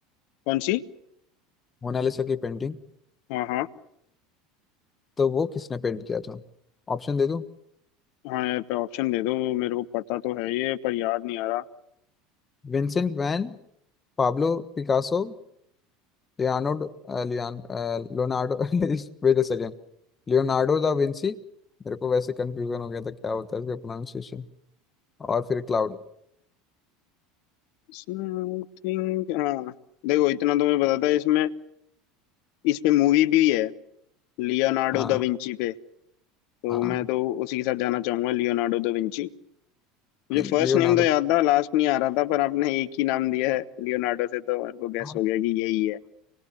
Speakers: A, on the left (about 60°); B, on the left (about 25°).
A: कौन सी
B: मोनालिसा की पेंटिंग
A: हाँ हाँ
B: तो वो किसने पेंट किया था ऑप्शन दे दूं
A: हाँ यार पे ऑप्शन दे दो मेरे को पता तो है ये पर याद नहीं आ रहा
B: विंसेंट वैन पाब्लो पिकासो लियानो लियान Leonardo <laughs> wait a second Leonardo da Vinci <laughs> मेरे को वैसे कंफ्यूजन हो गया था क्या होता है इसका प्रोनाउंसिएशन और फिर क्लाउड
A: समथिंग हाँ देखो इतना तो मैं बताता इसमें इस पे मूवी भी है लियोनार्डो
B: हाँ
A: दा विंची पे तो
B: हाँ
A: मैं तो उसी के साथ जाना चाहूंगा लियोनार्डो दा विंची मुझे
B: लियोनार्डो
A: फर्स्ट नेम तो याद था लास्ट नहीं आ रहा था पर आपने एक ही नाम दिया है लियोनार्डो से तो मेरे को गैस
B: हाँ
A: हो गया कि यही है